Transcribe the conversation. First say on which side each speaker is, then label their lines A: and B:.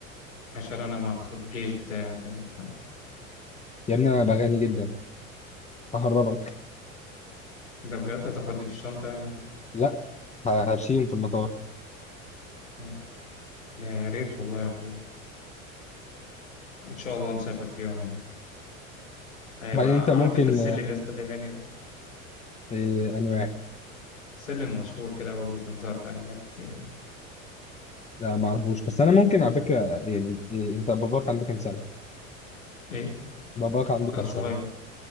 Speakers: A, on the left; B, on the left.
A: عشان انا مع الجيش بتاعي وكده انت فاهم
B: يا ابني انا بغني جدا ههربك
A: ده بجد هتاخدني في الشنطه يعني
B: لا ه- هرشيهم في المطار
A: مم. يا يا ريت والله يا حبيبي ان شاء الله نسافر في يوم هناك هيبقى
B: بعدين انت ممكن
A: عارف انت السلم
B: آه،
A: يا اسطى الياباني ده
B: إيه، اني واحد
A: سلم مشهور كده هو كان ظاهر في انميات كتير يعني
B: لا ما اعرفوش بس انا ممكن على فكره يعني إيه، انت باباك عنده كام سنه
A: ايه
B: باباك عنده
A: لا
B: كام
A: صغير
B: سنه